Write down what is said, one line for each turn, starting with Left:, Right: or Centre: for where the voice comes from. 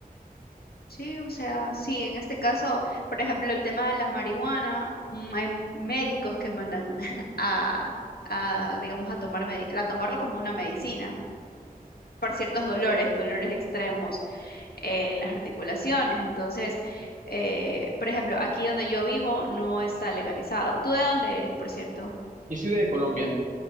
Left: Sí, o sea, sí, en este caso, por ejemplo, el tema de la marihuana, mm, hay médicos que mandan <laughs> a, a, digamos, a tomar medi- a tomarlo como una medicina por ciertos dolores, dolores extremos eh, en las articulaciones. Entonces, eh, por ejemplo, aquí donde yo vivo no está legalizado. ¿Tú de dónde eres, por cierto?
Right: Yo soy de Colombia.